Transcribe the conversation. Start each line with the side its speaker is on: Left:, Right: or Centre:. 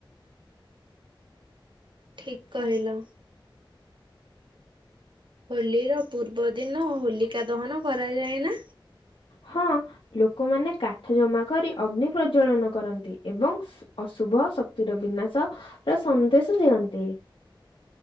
Right: ଠିକ୍ କହିଲ। ହୋଲିର ପୂର୍ବଦିନ ହୋଲିକା ଦହନ କରାଯାଏ ନା?
Left: ହଁ ଲୋକମାନେ କାଠ ଜମା କରି ଅଗ୍ନି ପ୍ରଜ୍ଵଳନ କରନ୍ତି ଏବଂ ଅଶୁଭ ଶକ୍ତିର ବିନାଶ ତା ସନ୍ଦେଶ ଦିଅନ୍ତି।